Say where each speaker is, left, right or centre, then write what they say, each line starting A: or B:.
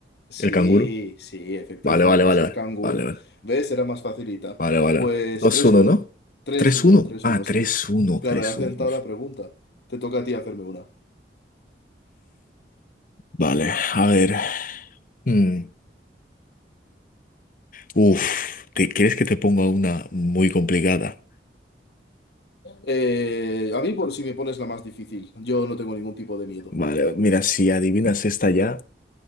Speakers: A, on the left (about 70°); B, on the left (about 50°).
A: Sí,
B: ¿El canguro?
A: sí, efectivamente,
B: Vale, vale, vale.
A: ser canguro.
B: Vale, vale.
A: ¿Ves? Era más facilita.
B: Vale, vale.
A: Pues
B: dos
A: tres
B: uno
A: uno,
B: no
A: tres
B: tres
A: uno,
B: uno
A: tres
B: Ah,
A: uno, sí.
B: tres uno
A: Claro,
B: tres
A: he acertado
B: uno Uf.
A: la pregunta. Te toca a ti hacerme una.
B: Vale, a ver. Mm. Uf, ¿te crees que te ponga una muy complicada?
A: Eh, a mí, por si me pones la más difícil, yo no tengo ningún tipo de miedo.
B: Vale, mira, si adivinas esta ya.